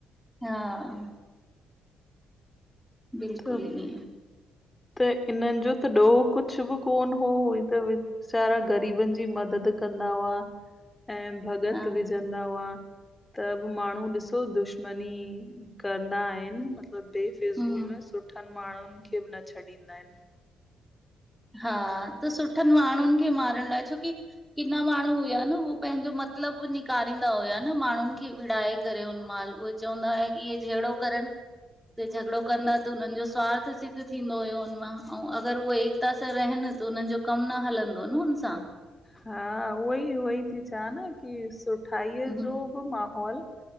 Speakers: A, in the centre; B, on the left.
A: हा। बिल्कुल
B: त
A: न
B: त इननि जो त डोह कुझ बि कोन हो हे त सारा ग़रीबनि जी मदद कंदा हुआ ऐं भगत
A: हा
B: बि जंदा हुआ। त बि माण्हू ॾिसो दुश्मनी कंदा आहिनि। म बेफ़िज़ूल
A: हम्म
B: में सुठनि माण्हुनि खे न छॾींदा आहिनि
A: हा। त सुठनि माण्हुनि खे मारण लाइ छोकी किना माण्हू हुया न उह पंहिंजो मतिलबु निकारींदा हुया न माण्हुनि खे विड़ाए करे हुन मअल् उहे। चवंदा हु की इहे जड़ो करनि। झगड़ो कंदा त हुननि जो स्वार्थ सिद्ध थींदो हुयो। हुनमा ऐं अगरि उहए ऐक उत सां रहनि त हुननि जो कम न हलंदो न हुन सा।
B: हा उहोई, उहोई थी चावा न की सुठााई
A: हम्म,
B: जो। माहौल